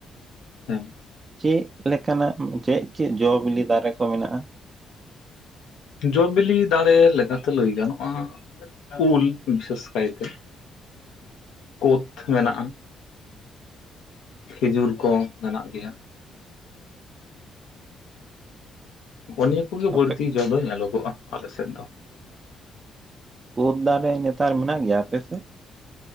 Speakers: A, on the left; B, on the right.
A: ᱦᱮᱸ᱾
B: ᱪᱮᱫ ᱞᱮᱠᱟᱱᱟᱜ, ᱪᱮᱫ ᱪᱮᱫ ᱡᱚ ᱵᱤᱞᱤ ᱫᱟᱨᱮ ᱠᱚ ᱢᱮᱱᱟᱜᱼᱟ?
A: ᱡᱚ ᱵᱤᱞᱤ ᱫᱟᱲᱮ ᱞᱮᱠᱟᱛᱮ ᱞᱟᱹᱭ ᱜᱟᱱᱚᱜᱼᱟ ᱩᱞ ᱵᱤᱥᱮᱥ ᱠᱟᱭᱛᱮ᱾ ᱠᱳᱛ ᱢᱮᱱᱟᱜᱼᱟ, ᱠᱷᱤᱡᱩᱨ ᱠᱚ ᱢᱮᱱᱟᱜ ᱜᱮᱭᱟ᱾ ᱦᱚᱸᱜᱼᱚ ᱱᱤᱭᱟᱹ ᱠᱚᱜᱮ
B: ᱟᱯᱮ
A: ᱵᱟᱹᱲᱛᱤ ᱡᱚ ᱫᱚ ᱧᱮᱞᱚᱜᱚᱜᱼᱟ ᱟᱞᱮ ᱥᱮᱫ ᱫᱚ᱾
B: ᱠᱳᱫᱽ ᱫᱟᱨᱮ ᱱᱮᱛᱟᱨ ᱢᱮᱱᱟᱜ ᱜᱮᱭᱟ ᱟᱯᱮ ᱥᱮᱫ?